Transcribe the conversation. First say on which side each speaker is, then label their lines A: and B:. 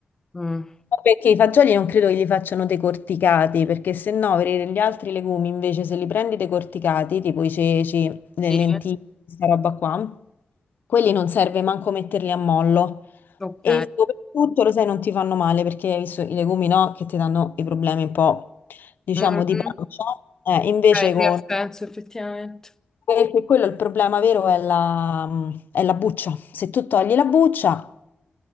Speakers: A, on the left (about 15°); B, on the left (about 75°).
A: Mm,
B: Ma Perché i fagioli non credo che li facciano decorticati, perché se no per gli altri legumi invece se li prendi decorticati, tipo i ceci, le
A: sì,
B: lenticchie, questa roba qua, quelli non serve manco metterli a mollo.
A: ok.
B: E soprattutto, lo sai, non ti fanno male perché hai visto i legumi, no? Che ti danno i problemi un po', diciamo,
A: Mhm.
B: di pancia. Eh, invece
A: Ok,
B: con...
A: sì, ha senso, effettivamente.
B: Perché quello il problema vero è la, è la buccia. Se tu togli la buccia,